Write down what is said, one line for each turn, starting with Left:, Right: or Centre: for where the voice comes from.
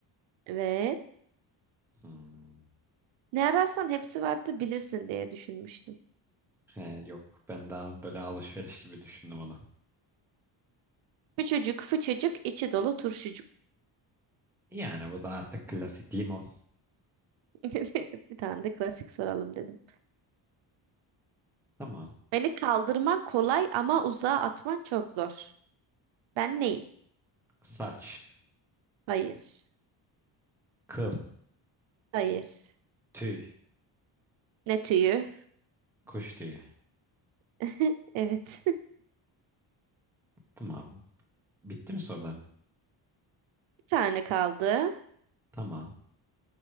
Right: Evet.
Centre: Hmm.
Right: Ne ararsan hepsi vardı bilirsin diye düşünmüştüm.
Centre: He, yok ben daha böyle alışveriş gibi düşündüm onu.
Right: Küçücük, fıçıcık, içi dolu turşucuk.
Centre: Yani bu da artık klasik limon.
Right: <laughs> Bir tane de klasik soralım dedim.
Centre: Tamam.
Right: Beni kaldırman kolay ama uzağa atman çok zor. Ben neyim?
Centre: Saç,
Right: Hayır.
Centre: kıl,
Right: Hayır.
Centre: tüy,
Right: Ne tüyü?
Centre: kuş tüyü.
Right: <laughs> Evet. <laughs>
Centre: Tamam. Bitti mi sorular?
Right: Bir tane kaldı.
Centre: Tamam.